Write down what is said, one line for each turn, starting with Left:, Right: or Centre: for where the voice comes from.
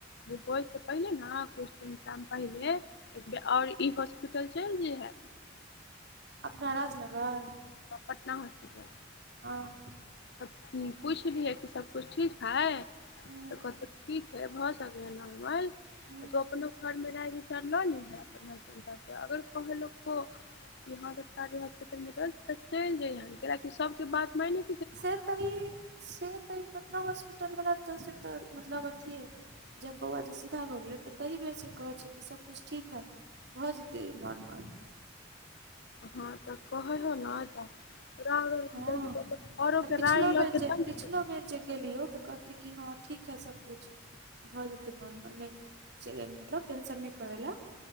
Left: होइसे पहिले ना कुछ्- तिन टाइम पहिले, एक बेर और ई हॉस्पिटल चैइल जैहें।
Right: अपना राजनगर?
Left: पटना हॉस्पिटल।
Right: हँ।
Left: अ पुछलियै कि सबकुछ ठीक है तऽ
Right: हूँ
Left: कहतौ ठीक। फेर भऽ सकलैँ नॉर्मल
Right: हूँ
Left: ज अपनो घरमे राय बिचार लऽ ली। सुने अगर कह लोक को। यहाँ सरकारी हॉस्पिटलमे जाउ तऽ चलि जइहन कियाकि सबके बात माइन।
Right: से तऽ ई से तऽ कतना हॉस्पिटलवला तऽ से तऽ मतलब अथि हइ। जब बौआ जे सीधा भऽ गेलै तऽ तही बेर से कहै छै कि सभकुछ ठीक है। भ जेतै नॉर्मल।
Left: हँ तऽ कहे हो न तऽ। र
Right: हँ
Left: देख अरोे
Right: तऽ
Left: के
Right: पिछलो
Left: राय ल
Right: बेर
Left: के
Right: जे
Left: तब
Right: पिछलो
Left: ने।
Right: बेर जे गेलियौ तऽ कहलकै कि हँ ठीक है सब कुछ। भऽ जेतै नॉर्मल नहि मतलब टेंशन नहि करय लए।